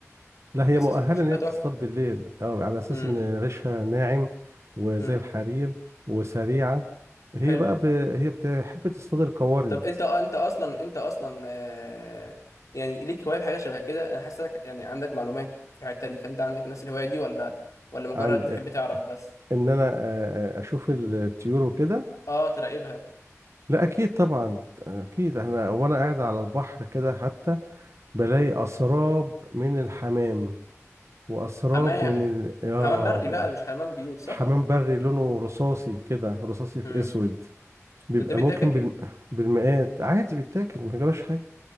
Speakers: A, on the right; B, on the left.
A: لا هي
B: بس
A: مؤهلة
B: شكلها
A: ان هي
B: تحفه
A: بتصطاد بالليل اه على اساس
B: امم
A: ان ريشها ناعم وزي
B: امم
A: الحرير وسريعة هي
B: حلو
A: بقى ب... هي بتحب تصطاد القوارض
B: طب انت انت اصلا انت اصلا آه يعني ليك هوايه بحاجه شبه كده انا حاسس إنك يعني عندك معلومات في الحته دي فانت عندك نفس الهوايه دي ولا ولا مجرد
A: عند
B: تحب تعرف بس
A: ان انا آه، آه، اشوف الطيور وكده
B: اه تراقبها
A: لا اكيد طبعا اكيد احنا وانا قاعد على البحر كده حتى بلاقي
B: مم.
A: اسراب من الحمام وأسراب
B: حمام
A: من ال... آه
B: حمام بري
A: بقى.
B: بقى مش حمام بيوت صح
A: حمام بري لونه رصاصي كده رصاصي في
B: مم.
A: أسود بيبقى
B: ده ده بيتاكل
A: ممكن بال... بالمئات عادي بيتاكل ما يجراش حاجة